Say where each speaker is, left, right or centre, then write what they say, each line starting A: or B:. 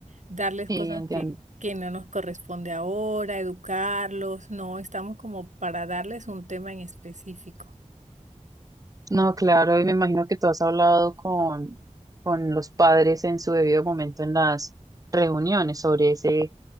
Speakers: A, on the right; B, on the right.
A: darles
B: Sí,
A: cosas
B: entiendo.
A: que que no nos corresponde ahora, educarlos, no, estamos como para darles un tema en específico.
B: No, claro, y me imagino que tú has hablado con, con los padres en su debido momento en las reuniones sobre ese,